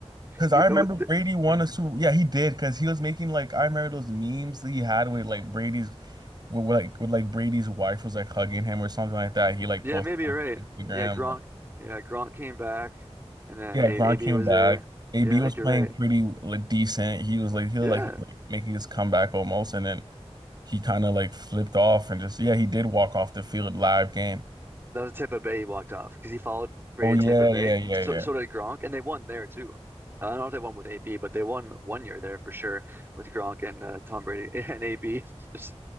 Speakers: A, on the right; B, on the right.
A: Because I
B: he- it
A: remember
B: the-
A: Brady won
B: hmm.
A: a Super. Yeah, he did. Because he was making like I remember those memes that he had with like Brady's, with with, like with like Brady's wife was like hugging him or something like that. He like
B: Yeah,
A: posted
B: maybe you're
A: on
B: right.
A: Instagram.
B: Yeah, Gronk.
A: Like,
B: Yeah, Gronk came back, and then
A: yeah,
B: A
A: Gronk
B: AB
A: came
B: was
A: back.
B: there.
A: AB
B: Yeah,
A: was
B: I think
A: playing
B: you're right.
A: pretty like decent. He was like he was
B: Yeah.
A: like, he was, like making his comeback almost, and then he kind of like flipped off and just yeah he did walk off the field live game.
B: That was Tampa Bay he walked off because he followed Brady
A: Oh yeah
B: to Tampa Bay.
A: yeah yeah yeah.
B: So so did Gronk, and they won there too. Uh, I don't know if they won with AB, but they won one year there for sure with Gronk and uh, Tom Brady <laughs> and AB just